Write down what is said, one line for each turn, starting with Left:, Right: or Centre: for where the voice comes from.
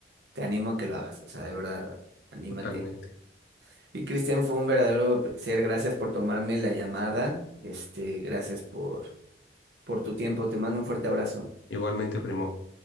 Right: te animo a que lo hagas. O sea, de verdad, anímate.
Left: Totalmente.
Right: Y Cristian, fue un verdadero placer. Gracias por tomarme la llamada. Este, gracias por, por tu tiempo. Te mando un fuerte abrazo.
Left: Igualmente, primo.